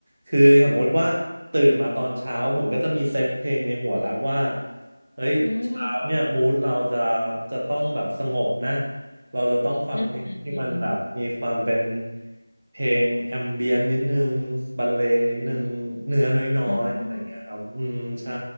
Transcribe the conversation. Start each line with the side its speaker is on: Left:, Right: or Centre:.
Right: คือสมมติว่าตื่นมาตอนเช้าผมก็จะมีเซตเพลงในหัวแล้วว่าเฮ้ยเช้าเนี่ยมูดเราจะ
Left: อืม
Right: จะต้องแบบสงบนะเราจะต้องฟังเพลงที่มันแบบมีความเป็น
Left: อืมอืมอืม
Right: เพลงแอมเบียนนิดนึงบรรเลงนิดนึงเนื้อน้อยๆอะไรอย่างเงี้ยครับอืมใช่
Left: อืมอืม